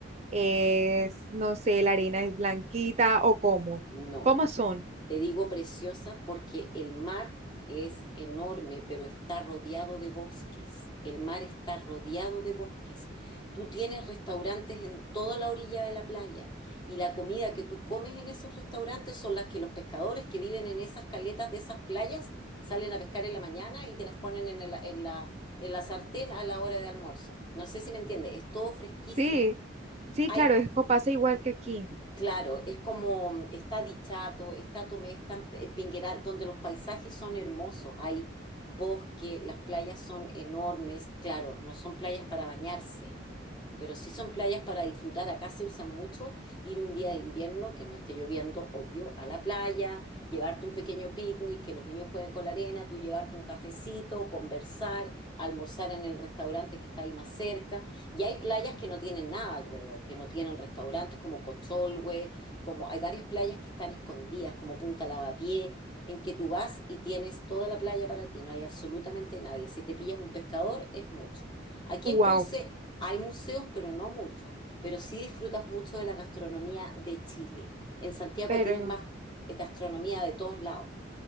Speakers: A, on the right; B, on the left.
A: es, no sé, la arena es blanquita o cómo.
B: no.
A: ¿Cómo son?
B: Te digo preciosa porque el mar es enorme, pero está rodeado de bosques. El mar está rodeado de bosques. Tú tienes restaurantes en toda la orilla de la playa y la comida que tú comes en esos restaurantes son las que los pescadores que viven en esas caletas de esas playas salen a pescar en la mañana y te las ponen en, el- en la, en la sartén a la hora de almuerzo. No sé si me entiendes, es todo fresquísimo.
A: Sí, sí,
B: Hay
A: claro, es co- pasa igual que aquí.
B: Claro, es como está Dichato, está Tomé, está eh, Pingueral, donde los paisajes son hermosos, hay bosque, las playas son enormes, claro, no son playas para bañarse, pero si son playas para disfrutar. Acá se usan mucho ir un día de invierno que no esté lloviendo, obvio, a la playa, llevarte un pequeño picnic, que los niños jueguen con la arena, tú llevarte un cafecito, conversar, almorzar en el restaurante que está ahí más cerca. Y hay playas que no tienen nada alrededor, que no tienen restaurantes como Cocholhue, como hay varias playas que están escondidas, como Punta Lavapié, en que tú vas y tienes toda la playa para ti, no hay absolutamente nadie. Si te pillas un pescador, es mucho. Aquí
A: Wow,
B: en Conce hay museos, pero no muchos. Pero sí disfrutas mucho de la gastronomía de Chile. En Santiago
A: pero
B: tienes más eh, gastronomía de todos lados.